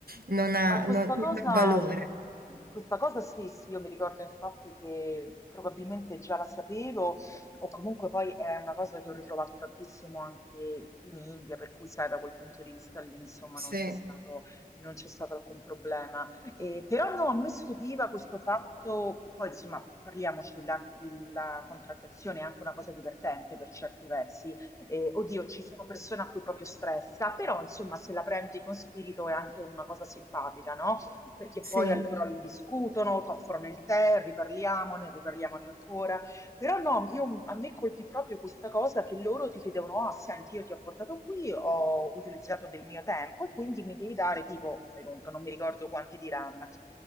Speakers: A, on the right; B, on the left.
A: non ha,
B: Ma questa
A: non non
B: cosa,
A: ha valore.
B: mh, questa cosa sì, sì, io mi ricordo infatti che probabilmente già la sapevo, o comunque poi è una cosa che ho ritrovato tantissimo anche in India, per cui sai, da quel punto di vista lì, insomma,
A: Sì,
B: non c'è stato, non c'è stato alcun problema. Eh, però no, a me stupiva questo fatto, poi insomma, parliamoci, la, la contrattazione è anche una cosa divertente per certi versi eh, oddio, ci sono persone a cui proprio stressa, però insomma se la prendi con spirito è anche una cosa simpatica, no? Perché
A: sì.
B: poi allora discutono, ti offrono il tè, riparliamone, riparliamone ancora. Però no, io- a me colpì proprio questa cosa che loro ti chiedevano, ah, senti, io ti ho portato qui, ho utilizzato del mio tempo e quindi mi devi dare tipo, fai conto, non mi ricordo quanti diranno.